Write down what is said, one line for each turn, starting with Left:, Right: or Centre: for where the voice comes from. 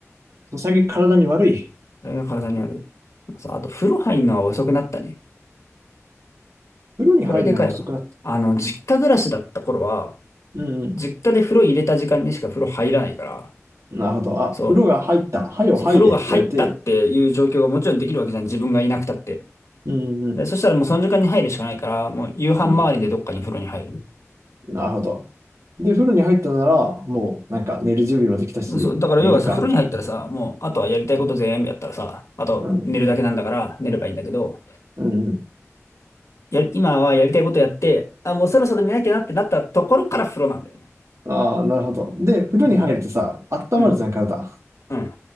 Right: 最近体に悪い。
Left: それが体に悪い。まあさあと、風呂入んのは遅くなったね。
Right: 風呂に入るのが遅くなった。
Left: これでかいわ。あの、実家暮らしだった頃は、
Right: うんうん。
Left: 実家で風呂入れた時間にしか風呂入らないから、
Right: なるほど。あ、
Left: そう。
Right: 風呂が入った。はよ入れって言われて。
Left: そう、風呂が入ったっていう状況がもちろんできるわけじゃん。自分がいなくたって。
Right: うんうん。
Left: で、そしたらもうその時間に入るしかないから、もう夕飯周りでどっかに風呂に入る。
Right: うん。なるほど。で、風呂に入ったなら、もうなんか寝る準備もできたし、
Left: そう、だから要はさ、
Right: 寝るか、
Left: 風呂に入ったらさ、
Right: みたいな。
Left: もうあとはやりたいこと全部やったらさ、あと寝るだけなんだから寝ればいいんだけど、
Right: うん。うんうん。
Left: や、今はやりたいことやって、あ、もうそろそろ寝なきゃなってなったところから風呂なんだよね。
Right: ああ、なるほど。で、
Left: <laughs>
Right: 風呂に入るとさ、温まるじゃん、
Left: うん。
Right: 体。
Left: うん。